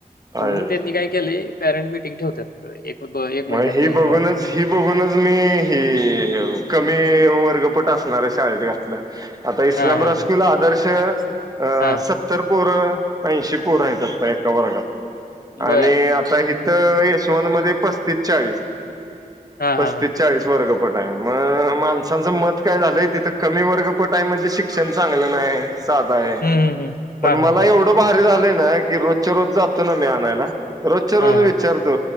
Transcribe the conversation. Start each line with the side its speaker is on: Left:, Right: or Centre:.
Left: म्हणून
Right: आहे
Left: त्यांनी काय केले, पेरंट मिटिंग ठेवतात एक दो महिन्यातनं
Right: मग ही
Left: एकदा
Right: बघूनच
Left: वगैरे.
Right: ही बघूनच मी ह कमी र्पट असणार शाळेत घलं आता इस्लामकूल
Left: हां, हां, हां.
Right: आदर्श अं
Left: हां.
Right: सत्तर पोर ऐंशी पोर आहेत आता एका वर्गात
Left: बरं.
Right: आणि आता हथं यशवंत मध्ये पस्तीस चाळीस
Left: हां,
Right: पस्तीस
Left: हां, हां.
Right: चाळीस वर्ग पटाय मग माणसांचं मत काय झालंय तिथं कमी वर्ग पटाय म्हणजे शिक्षण चांगलं नाही साधा आहे
Left: हं, हं, हं.
Right: पण
Left: हां, हां,
Right: मला
Left: हां.
Right: एवढं भारी झाले ना की रोजच्या रोज जातो ना मी आणायला रोजच्या
Left: हां,
Right: रोज
Left: हां.
Right: विचारतो